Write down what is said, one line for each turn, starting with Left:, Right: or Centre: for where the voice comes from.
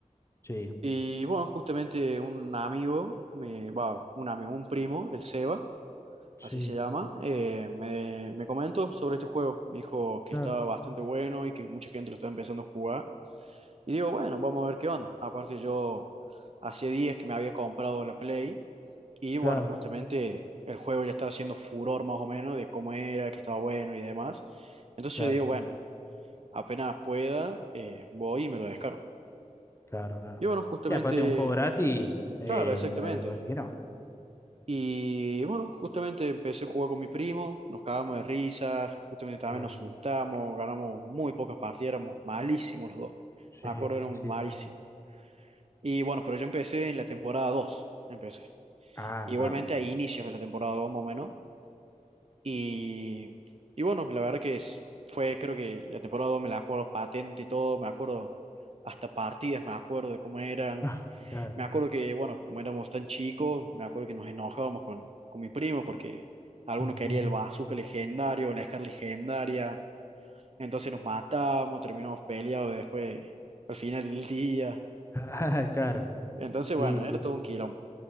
Left: Sí,
Right: Y, bueno, justamente un amigo, me, va, un amigo, un primo, el Seba,
Left: sí,
Right: así se llama, eh, me, me comentó sobre este juego. Me dijo
Left: claro,
Right: que estaba bastante bueno y que mucha gente lo estaba empezando a jugar. Y digo, bueno, vamos a ver qué onda. Aparte yo, hacía días que me había comprado la Play y
Left: claro,
Right: bueno, justamente el juego ya estaba haciendo furor más o menos de cómo era, que estaba bueno y demás. Entonces
Left: claro,
Right: yo digo, bueno, apenas pueda, eh, voy y me lo descargo.
Left: claro, claro.
Right: Y bueno, justamente,
Left: Sí, aparte de un juego gratis, eh,
Right: claro, exactamente.
Left: va- no va a decir que no.
Right: Y bueno, justamente empecé a jugar con mi primo, nos cagamos de risa, justamente también
Left: Claro,
Right: nos asustamos, ganamos muy pocas partidas, éramos malísimos los dos.
Left: sí,
Right: Me acuerdo, éramos
Left: sí,
Right: malísimos.
Left: sí.
Right: Y bueno, pero yo empecé en la temporada 2 empecé.
Left: Ah,
Right: Igualmente
Left: claro.
Right: a inicios de la temporada 2 más o menos. Y, y bueno, la verdad que es- fue, creo que la temporada 2 me la acuerdo patente y todo, me acuerdo hasta partidas, me acuerdo de cómo eran.
Left: <laughs> Ah, claro.
Right: Me acuerdo que, bueno, como éramos tan chicos, me acuerdo que nos enojábamos con, con mi primo porque algunos
Left: Ujú.
Right: quería el bazooka legendario, la Scar legendaria. Entonces nos matábamos, terminamos peleados después, al final del día.
Left: Ah, claro,
Right: Entonces,
Left: sí,
Right: bueno,
Left: sí.
Right: era todo un quilombo.